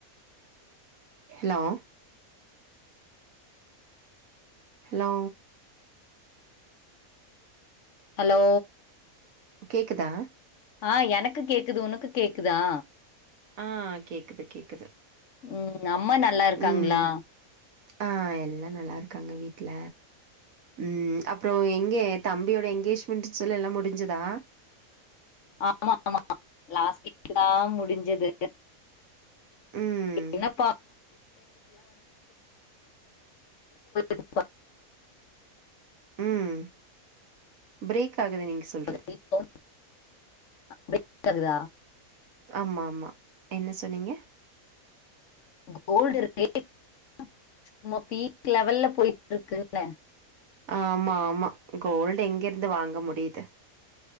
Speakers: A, on the right (about 70°); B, on the left (about 60°).
A: hello hello
B: hello
A: கேக்குதா
B: ஆ எனக்கு கேக்குது உனக்கு கேக்குதா
A: ஆ கேக்குது கேக்குது
B: ம் அம்மா நல்லா இருக்காங்ளா
A: ம் ஆ எல்லா நல்லா இருக்காங்க வீட்ல ம் அப்றோ எங்க தம்பியோட என்ங்கேஜ்மெண்டுன் சொல்லி எல்லா முடிஞ்சிதா
B: ஆமா ஆமா லாஸ்ட் வீக் தா முடிஞ்சது
A: ம்
B: என்னப்பா <unintelligible>
A: ம் ஃப்ரேக் ஆகுது நீங்க சொல்றது
B: <unintelligible> ஃபிரேக் ஆகுதா
A: ஆமா ஆமா என்ன சொன்னீங்க
B: கோல்டு ரேட்டு சும்மா பீக் லெவல்ல போய்ட்ருக்குன்ன
A: ஆமா ஆமா கோல்டு எங்கிருந்து வாங்க முடியிது